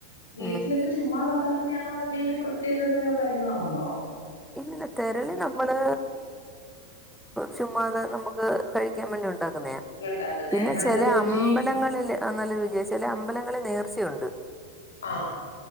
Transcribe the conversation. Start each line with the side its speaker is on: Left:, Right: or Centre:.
Left: വീട്ടിലൊക്കെ
Centre: ഉം
Left: ചുമ്മാതുണ്ടാക്കുന്നേയാണോ അതെ എന്തെങ്കിലും പ്രത്യേകത തയോ കാര്യങ്ങളോ ഉണ്ടോ
Centre: ഇന്നലെ തെരളി നമ്മള് ചുമ്മാതെ നമ്മക്ക് കഴിക്കാൻ വേണ്ടി ഉണ്ടാക് ന്നയാ
Left: ഉണ്ടാക്കുന്നേ
Centre: പിന്നെ
Left: നല്ല
Centre: ചെല
Left: രുചിയും
Centre: അമ്പലങ്ങളില് നല്ല രുച ചെല അമ്പലങ്ങളിൽ നേർച്ചയുണ്ട്
Left: ആ